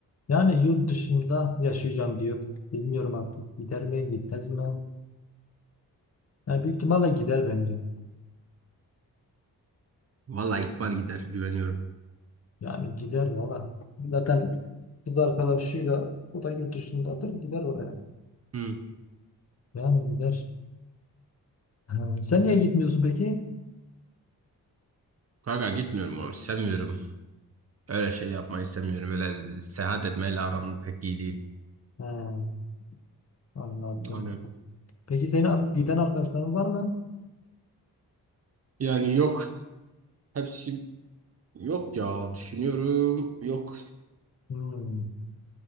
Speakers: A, on the left (about 40°); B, on the right (about 40°).
A: Yani yurt dışında yaşayacağım diyor. Bilmiyorum artık gider mi gitmez mi? Yani büyük ihtimalle gider bence.
B: Vallahi ihbar gider, güveniyorum.
A: Yani gider valla. Zaten kız arkadaşıyla o da yurt dışındadır gider oraya.
B: Hmm.
A: Yani gider. Ha, sen niye gitmiyorsun peki?
B: Kanka gitmiyorum abi, sevmiyorum. Öyle şey yapmayı sevmiyorum. Öyle seyahat etmeyle aram pek iyi değil.
A: Ha, anladım.
B: Aynen.
A: Peki senin ar- giden arkadaşların var mı?
B: Yani yok. Hepsi yok ya. Düşünüyorum. Yok.
A: Hmm,